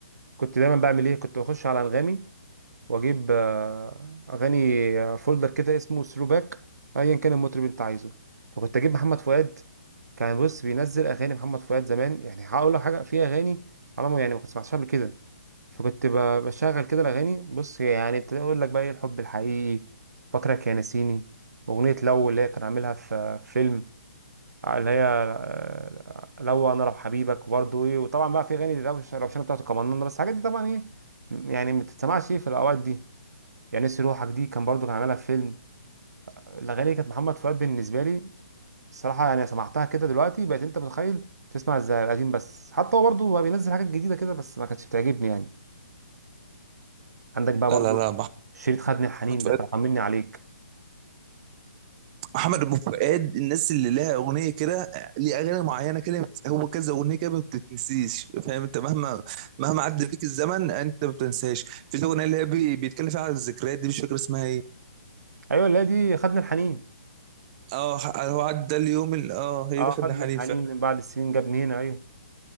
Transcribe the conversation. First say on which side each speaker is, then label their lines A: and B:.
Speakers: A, on the right (about 80°); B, on the right (about 25°).
A: كنت دايما بعمل ايه كنت بخش على انغامي واجيب آه، اغاني آه، فولدر كده اسمه ثرو باك ايا كان المطرب اللي انت عايزه فكنت اجيب محمد فؤاد كان بص بينزل اغاني محمد فؤاد زمان يعني هقول لك حاجه في اغاني على ما يعني ما كنت سمعتهاش قبل كده فكنت ب- بشغل كده الاغاني بص يعني ابتدي اقول لك بقى ايه الحب الحقيقي فاكرك يا نسيني اغنيه لو اللي هي كان عاملها في في فيلم اللي هي آه، لو انا لو حبيبك وبرضه ايه وطبعا بقى في اغاني روش- روشانه بتاعته كمان بس الحاجات دي طبعا ايه م- يعني ما بتتسمعش ايه في الاوقات دي يعني نسي روحك دي كان برضه كان عاملها في فيلم الاغاني دي كانت محمد فؤاد بالنسبه لي الصراحه يعني سمعتها كده دلوقتي بقيت انت متخيل تسمع زي القديم بس حتى هو برضه بقى بينزل حاجات جديده كده بس ما كانتش بتعجبني يعني عندك بقى برضه
B: لا لا لا
A: شريط خدني الحنين
B: محمد فؤاد
A: ده بتاع طمني عليك
B: محمد ابو فؤاد الناس اللي لها اغنيه كده ليه اغاني معينه كده بت- هو كذا اغنيه كده ما بتتنسيش فاهم انت مهما مهما عدى بيك الزمن انت ما بتنساش في الاغنيه اللي هي بي- بيتكلم فيها عن الذكريات دي مش فاكر اسمها ايه
A: ايوه اللي هي دي خدني الحنين
B: اه ح- هو عدى اليوم اللي اه هي
A: اه
B: دي خدنا
A: خدني
B: حنين
A: الحنين
B: فعلا
A: من بعد السنين جابني هنا ايوه